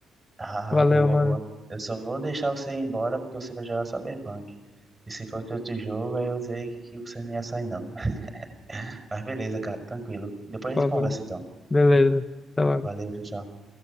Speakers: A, on the right; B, on the left.
A: Ah,
B: Valeu,
A: boa,
B: mano.
A: boa. Eu só vou deixar você ir embora porque você vai jogar Cyberpunk. E se fosse outro jogo, aí eu sei que você não ia sair, não. <laughs> Mas beleza, cara, tranquilo. Depois
B: Falou.
A: a gente conversa então.
B: Beleza. Até logo.
A: Valeu, tchau, tchau.